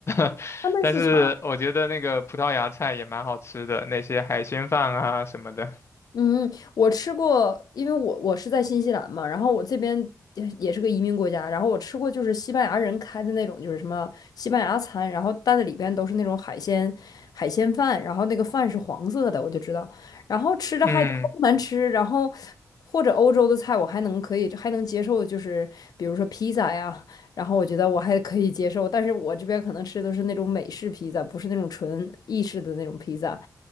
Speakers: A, on the left (about 45°); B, on the left (about 80°).
A: <laughs>
B: 他们是啥？
A: 但是我觉得那个葡萄牙菜也蛮好吃的，那些海鲜饭啊什么的。
B: 嗯，我吃过，因为我我是在新西兰嘛，然后我这边也也是个移民国家，然后我吃过就是西班牙人开的那种，就是什么西班牙餐，然后但是里边都是那种海鲜海鲜饭，然后那个饭是黄色的，我就知道，然后吃着还还不难吃，
A: 嗯，
B: 然后或者欧洲的菜我还能可以还能接受，就是比如说披萨呀，然后我觉得我还可以接受，但是我这边可能吃的都是那种美式披萨，不是那种纯意式的那种披萨。